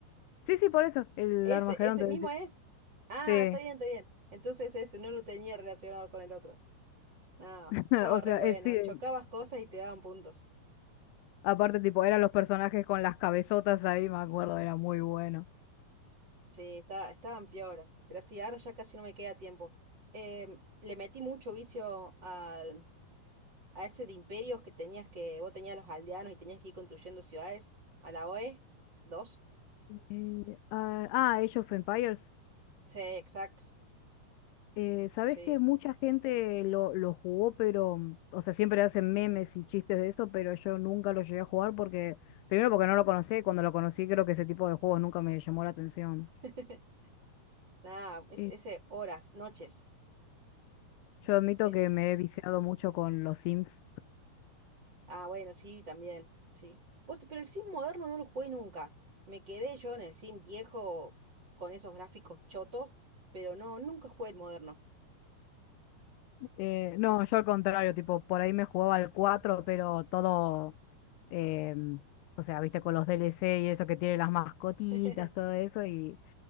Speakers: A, on the left; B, on the right.
A: Sí, sí, por eso, el
B: Ese,
A: Armageddon
B: ese
A: te
B: mismo
A: decía.
B: es. Ah,
A: Sí,
B: está bien, está bien. Entonces ese, no lo tenía relacionado con el otro. No,
A: <laughs>
B: estaba
A: o
B: re
A: sea,
B: bueno.
A: eh, sí,
B: Chocabas cosas y te daban puntos.
A: aparte tipo, eran los personajes con las cabezotas ahí, me acuerdo, era muy bueno.
B: Sí, estaba, estaban pioras. Pero sí, ahora ya casi no me queda tiempo. Em, le metí mucho vicio al, a ese de imperios que tenías que, vos tenías los aldeanos y tenías que ir construyendo ciudades. A la OE, dos.
A: Eh, ah, ah, Age of Empires.
B: Sí, exacto.
A: Eh, sabes
B: Sí.
A: que mucha gente lo, lo jugó, pero, mm, o sea, siempre hacen memes y chistes de eso, pero yo nunca lo llegué a jugar porque, primero porque no lo conocí, y cuando lo conocí creo que ese tipo de juegos nunca me llamó la atención.
B: <laughs> Nada, es
A: Y
B: ese horas, noches.
A: yo admito
B: Qué
A: que
B: lindo.
A: me he viciado mucho con los Sims.
B: Ah, bueno, sí, también, sí. Vos, pero el Sim moderno no lo jugué nunca. Me quedé yo en el Sim viejo con esos gráficos chotos, pero no, nunca jugué el moderno.
A: Eh, no, yo al contrario, tipo, por ahí me jugaba al 4 pero todo, em, o sea, viste, con los DLC y eso que tiene las mascotitas,
B: <laughs>
A: todo eso, y